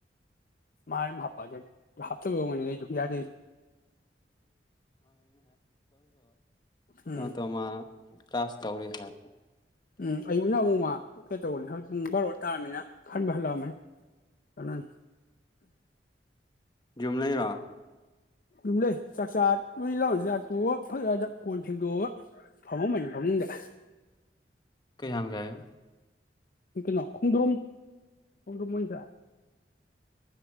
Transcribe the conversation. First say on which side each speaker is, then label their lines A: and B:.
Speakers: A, on the left; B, on the left.
A: ꯃꯥꯅ ꯍꯥꯐꯇ ꯌꯥ ꯎꯝ
B: ꯇ ꯃꯥ ꯀ꯭ꯂ ꯀ꯭ꯂꯥꯁ ꯇꯧꯔꯤ ꯍꯥꯏꯔ
A: ꯎꯝ ꯑꯌꯨꯛꯅ ꯑꯃꯨꯛ ꯃꯥ ꯀꯩ ꯇꯧꯕꯅꯤ ꯄꯨꯡ ꯕꯥꯔꯣ ꯇꯥꯔꯃꯤꯅ ꯈꯟꯕ ꯍꯜꯂꯛꯑꯕꯅꯤ ꯀꯩꯅ
B: ꯨꯝ ꯂꯩ ꯔꯥꯛ
A: ꯌꯨꯝ ꯂꯩ ꯆꯥꯛꯆꯥ ꯂꯣꯏ ꯂꯥꯎꯁꯤ ꯇꯣꯛ ꯐ ꯐꯣꯟ ꯍꯦꯡꯗꯣꯛꯑꯒ ꯐꯝꯃ ꯑꯃꯅꯤꯅꯤ ꯐꯃꯨꯡꯗ
B: ꯀꯩꯖꯥꯡ ꯆꯑꯒ
A: ꯀꯩꯅꯣ ꯈꯣꯡꯗ꯭ꯔꯣꯨꯝ ꯈꯣꯡꯗ꯭ꯔꯣꯨꯝ ꯃꯁ